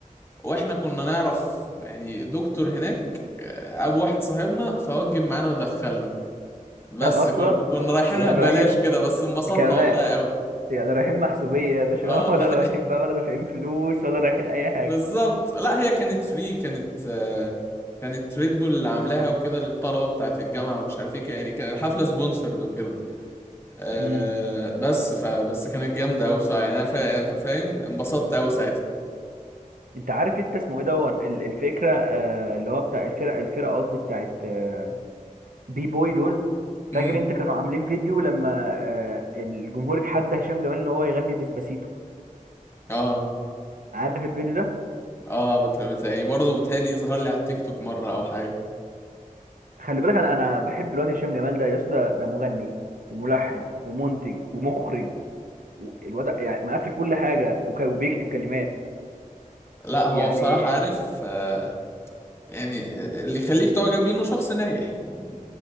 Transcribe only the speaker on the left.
واحنا كنا نعرف يعني دكتور هناك آه، ابو واحد صاحبنا فوجب معانا ودخلنا
بس
كن كنا رايحينها
ببلاش
كده بس انبسطنا
والله قوي
اه
<laughs>
بالظبط
لا هي كانت فري كانت آه، كانت ريد بول اللي عاملاها وكده للطلبه بتاعت الجامعه ومش عارف ايه يعني كان الحفله سبونسرد وكده آه،
بس فبس كانت جامده قوي بصراحه يعني انا فا- يعني فا- فاهم انبسطت قوي ساعتها
امم
اه
اه بت... بت... يعني برضه بتهيألي ظهر لي على التيك توك مره او حاجه
لا هو
بصراحه عارف آه، يعني اللي يخليك تعجب بيه انه شخص ناجح يعني